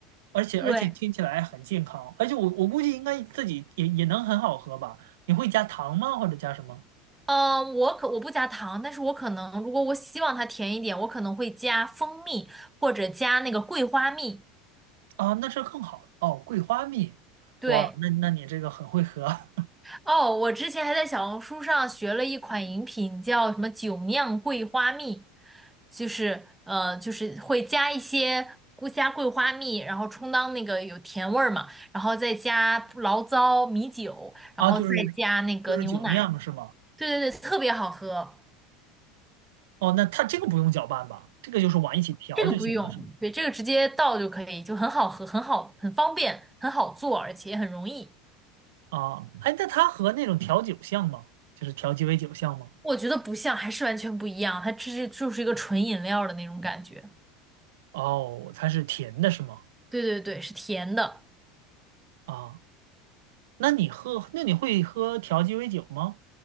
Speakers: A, on the right; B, in the centre.
A: 而且而且听起来很健康，
B: 对，
A: 而且我我估计应该自己也也能很好喝吧？你会加糖吗？或者加什么？
B: 呃，我可我不加糖，但是我可能如果我希望它甜一点，我可能会加蜂蜜或者加那个桂花蜜。
A: 啊，那是更好哦，桂花蜜，
B: 对。
A: 哇，那那你这个很会喝 <laughs>
B: 哦，我之前还在小红书上学了一款饮品，叫什么“酒酿桂花蜜”，就是呃，就是会加一些菇加桂花蜜，然后充当那个有甜味儿嘛，然后再加醪糟、米酒，然后再加那个牛奶。
A: 啊，就是就是酒酿是吗？
B: 对对对，特别好喝。
A: 哦，那它这个不用搅拌吧？这个就是往一起调就行了，
B: 这个不用，
A: 是吗？
B: 对，这个直接倒就可以，就很好喝，很好，很方便，很好做，而且也很容易。
A: 啊，哎，那它和那种调酒像吗？就是调鸡尾酒像吗？
B: 我觉得不像，还是完全不一样，它这是就是一个纯饮料的那种感觉。
A: 哦，它是甜的是吗？
B: 对对对，是甜的。
A: 啊，那你喝，那你会喝调鸡尾酒吗？